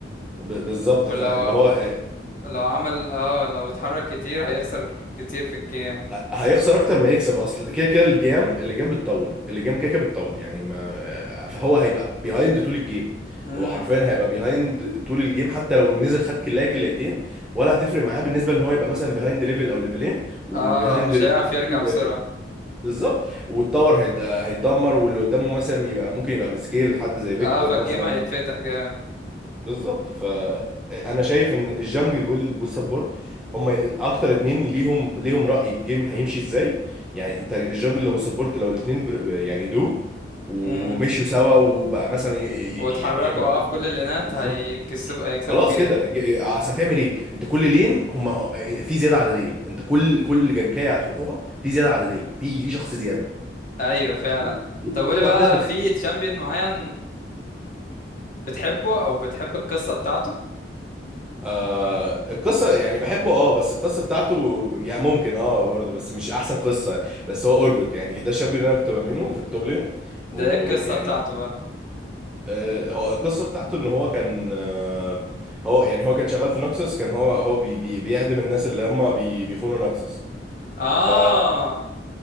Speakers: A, in the centre; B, on the left.
A: ب- بالظبط
B: ولو
A: فاللي هو
B: لو عمل اه لو اتحرك كتير هيخسر كتير في الجيم
A: ه- هيخسر اكتر ما يكسب اصل كده كده الجيم اللجام بتطول اللجام كده كده بتطول يعني ما آه، فهو هيبقى بيهايند طول الجيم
B: امم
A: هو حرفيا هيبقى بيهايند طول الجيم حتى لو نزل خد كلايه كلايتين ولا هتفرق معاه بالنسبه ان هو يبقى مثلا بيهايند ليفل او ليفلين وبيهايند
B: اه مش
A: اكس
B: هيعرف
A: بي
B: يرجع
A: وب-
B: بسرعة
A: بالظبط والتاور هيت- هيتدمر واللي قدامه مثلا يبقى ممكن يبقى بسكيل حد زي فيكتور
B: اه فالجيم
A: مثلا
B: هيتفتح جامد
A: بالظبط ف انا شايف ان الجنجل وال... والسبورت هم اكتر اتنين ليهم ليهم رأي الجيم هيمشي ازاي يعني انت الجنجل لو السبورت لو الاتنين بر... يعني دو ومشيوا
B: امم
A: سوا وبقى مثلا ي... ي...
B: واتحركوا
A: ي- يعملوا
B: اه
A: كوم
B: في كل اللينات
A: بالظبط
B: هيكسبوا هيكسبوا
A: خلاص
B: الجيم
A: كده الج- اصل هتعمل ايه انت كل لين هم في زياده عدديه انت كل كل جنكايه هتروحوها في زياده عدديه في في شخص زياده
B: ايوه فعلا
A: دي, دي دي
B: طب قولي
A: لوحدها
B: بقى في تشامبيون معين بتحبه او بتحب القصة بتاعته
A: آه القصة يعني بحبه اه بس القصة بتاعته يعني ممكن اه برضه بس مش أحسن قصة بس هو أورجوت يعني ده الشاب اللي أنا كنت بامينه في التوب لين
B: ده
A: ويعني
B: ايه القصة بتاعته بقى
A: آه هو القصة بتاعته إن هو كان آه هو يعني هو كان شغال في نكسس كان هو هو بي بي بيعدم الناس اللي هم بي بيخونوا نكسس
B: اه
A: ف